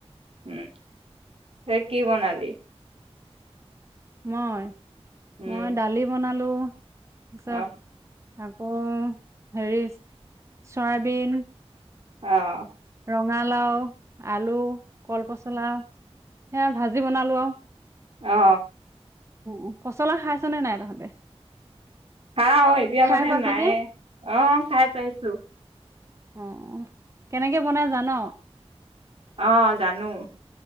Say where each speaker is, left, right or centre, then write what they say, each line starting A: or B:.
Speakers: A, on the right; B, on the right.
A: উম তই কি বনালি?
B: মই
A: উম
B: মই দালি বনালো পিছত
A: অ
B: আকৌ হেৰি চয়াবিন
A: অহ
B: ৰঙালাও আলু কলপচলা সেয়া ভাজি বনালো আৰু।
A: অ।
B: উ পচলা খাইছনে নাই তহঁতে?
A: হা, অ। এতিয়া
B: খাই
A: মানে
B: পাইছনে?
A: নাই। অ, খাই পাইছো।
B: অ, কেনেকে বনাই জান'?
A: অহ জানো।